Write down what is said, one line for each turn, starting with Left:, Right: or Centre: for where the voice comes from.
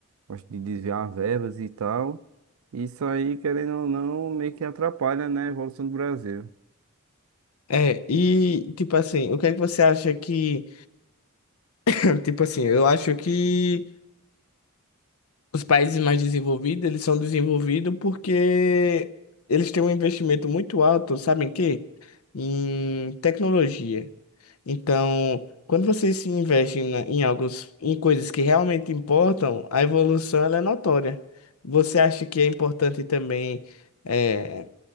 Right: gosto de desviar verbas e tal. Isso aí, querendo ou não, meio que atrapalha, né, a evolução do Brasil.
Left: É, e tipo assim, o que é que você acha que, <clears throat> tipo assim, eu acho que Os países mais desenvolvidos, eles são desenvolvidos porque eles têm um investimento muito alto, sabe em quê? Em tecnologia. Então, quando vocês se investem na- em alguns, em coisas que realmente importam, a evolução ela é notória. Você acha que é importante também eh,